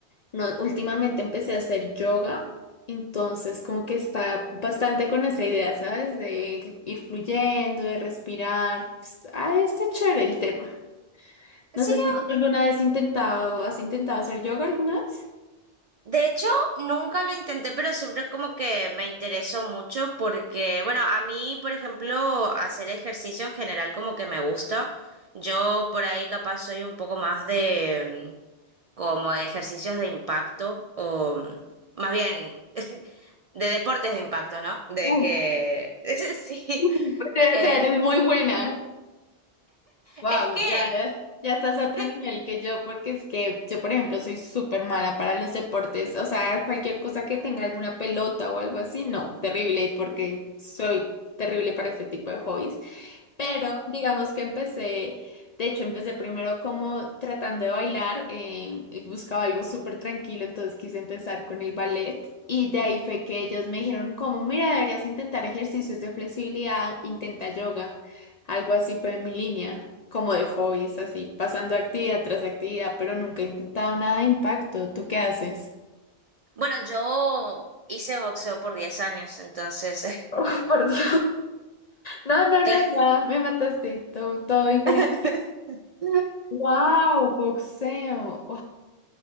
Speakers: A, on the left; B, on the right.
A: No, últimamente empecé a hacer yoga, entonces como que está bastante con esa idea, ¿sabes? De ir fluyendo, de respirar. Ah, está chévere el tema.
B: ¿En
A: No
B: serio?
A: sé si tú alguna vez has intentado, has intentado hacer yoga alguna vez.
B: De hecho, nunca lo intenté, pero siempre como que me interesó mucho porque, bueno, a mí, por ejemplo, hacer ejercicio en general como que me gusta. Yo por ahí capaz soy un poco más de mm, como de ejercicios de impacto o mm, más bien <laughs> de deportes de impacto, ¿no? De
A: Uf,
B: que, <laughs> sí,
A: <laughs> te
B: eh,
A: traer, es muy buena. Wow,
B: es que,
A: ya, ya estás a otro
B: <laughs>
A: nivel que yo, porque es que yo, por ejemplo, soy súper mala para los deportes. O sea, cualquier cosa que tenga alguna pelota o algo así, no, terrible, porque soy terrible para este tipo de hobbies. Pero digamos que empecé, de hecho empecé primero como tratando de bailar, eh, y buscaba algo súper tranquilo, entonces quise empezar con el ballet y de ahí fue que ellos me dijeron como, mira, deberías intentar ejercicios de flexibilidad, intenta yoga, algo así fue mi línea, como de hobbies, así, pasando actividad tras actividad, pero nunca he intentado nada de impacto, ¿tú qué haces?
B: bueno, yo hice boxeo por 10 años, entonces...
A: <laughs> Por Dios. No, no,
B: <laughs>
A: no, ya me mataste, todo, todo diferente.
B: <laughs>
A: Wow, boxeo.